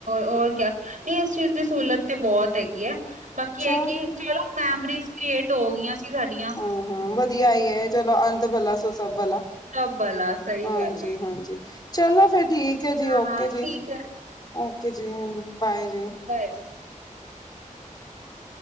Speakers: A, on the right (about 70°); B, on the left (about 30°).
A: ਔਰ ਕੇਆ, ਨੀ ਇਸ ਚੀਜ਼ ਦੀ ਸੂਲਤ ਤੇ ਬੋਤ ਹੈਗੀ ਐ, ਬਾਕੀ
B: ਚਲੋ
A: ਏ ਕਿ ਚਲੋ ਮੈਮਰੀਜ਼ ਫੇਟ ਹੋ ਗਿਆ ਸੀ। ਸਾਡੀਆਂ
B: ਆਂ ਹਾਂ, ਵਧੀਆ ਈ ਐ। ਚਲੋ, ਅੰਤ ਭਲਾ ਸੋ ਸਭ ਭਲਾ।
A: ਸਭ ਵਾਲਾ ਸਹੀ
B: ਹਾਂਜੀ-ਹਾਂਜੀ,
A: ਗੱਲ ਹੈ
B: ਚਲੋ ਫੇਰ ਠੀਕ ਐ ਜੀ,
A: ਹਾਂ
B: ਓਕੇ
A: ਹਾਂ
B: ਜੀ।
A: ਠੀਕ ਹੈ
B: ਓਕੇ ਜੀ, ਬਾਏ ਜੀ।
A: ਬਾਏ-ਬਾਏ।
B: <inaudible>